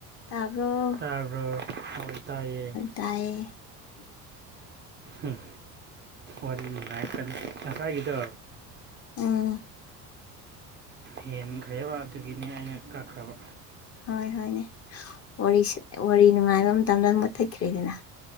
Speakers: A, on the left; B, on the right.
A: ꯇꯥꯕ꯭ꯔꯣ
B: ꯇꯕ꯭ꯔꯣ ꯍꯧꯜ ꯇꯥꯏꯌꯦ
A: ꯇꯥꯏ
B: ꯎꯝ ꯋꯥꯔꯤ ꯅꯨꯡꯉꯥꯏꯀ ꯉꯁꯥꯏꯒꯤꯗꯣ
A: ꯎꯝ
B: ꯍꯦꯟꯈ꯭ꯔꯦꯕ ꯑꯗꯨꯒꯤꯅꯤ ꯑꯩꯅ ꯀꯛꯈ꯭ꯔꯕ
A: ꯍꯣꯏ ꯍꯣꯏꯅꯦ ꯋꯥꯔꯤ ꯋꯥꯔꯤ ꯅꯨꯡꯉꯥꯏꯕ ꯃꯇꯝꯗ ꯑꯗꯨꯝ ꯃꯨꯠꯊꯠꯈ꯭ꯔꯦꯗꯅ